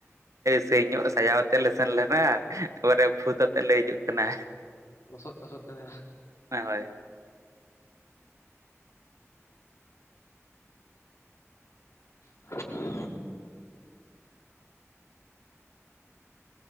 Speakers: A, on the right (about 85°); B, on the left (about 60°).
A: ᱥᱮᱭ ᱧᱚᱜ ᱥᱟᱡᱟᱣ ᱠᱟᱛᱮ ᱞᱮ ᱥᱮᱱ ᱞᱮᱱᱟ ᱮᱠᱵᱟᱨᱮ ᱵᱷᱩᱛ ᱟᱛᱮᱫ ᱞᱮ ᱦᱤᱡᱩᱜ ᱠᱟᱱᱟ᱾
B: ᱞᱚᱥᱚᱜ ᱛᱟᱥᱚᱜ ᱠᱟᱱᱟ
A: ᱦᱮᱸ ᱦᱳᱭ
B: <inaudible>